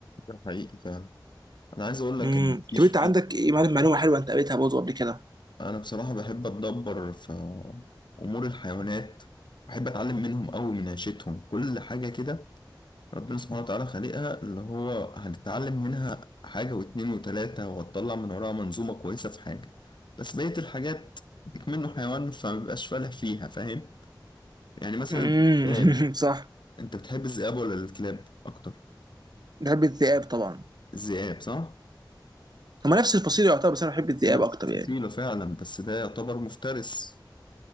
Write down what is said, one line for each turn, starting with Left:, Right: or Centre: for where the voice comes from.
Left: ده حقيقي فعلا انا عايز اقول لك
Right: امم
Left: ان في
Right: طب
Left: شويه
Right: انت عندك إيه- معلومه معلومة حلوه انت قريتها برضه قبل كده
Left: انا بصراحه بحب اتدبر في امور الحيوانات بحب اتعلم منهم قوي من عيشتهم كل حاجه كده ربنا سبحانه وتعالى خالقها اللي هو هنتعلم منها حاجه واتنين وتلاته وهتطلع من وراها منظومه كويسه في حاجه بس بقيه الحاجات بيك منه حيوان فما بيبقاش فالح فيها فاهم يعني مثلا
Right: امم
Left: الذئاب
Right: <laughs> صح
Left: انت بتحب الذئاب ولا الكلاب اكتر
Right: بحب الذئاب طبعا
Left: الذئاب صح
Right: هما نفس الفصيله يعتبر بس انا بحب الذئاب
Left: نفس
Right: اكتر يعني
Left: الفصيله فعلا بس ده يعتبر مفترس